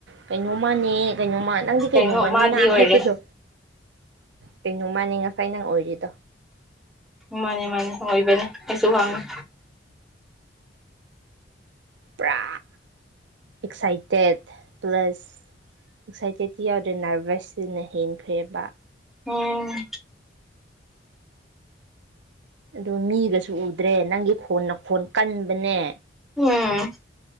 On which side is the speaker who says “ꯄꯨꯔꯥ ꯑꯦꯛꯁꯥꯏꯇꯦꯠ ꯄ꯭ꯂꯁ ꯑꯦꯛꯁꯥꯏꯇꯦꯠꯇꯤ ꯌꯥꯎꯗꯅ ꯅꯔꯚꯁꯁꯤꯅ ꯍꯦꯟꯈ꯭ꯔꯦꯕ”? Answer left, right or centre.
Right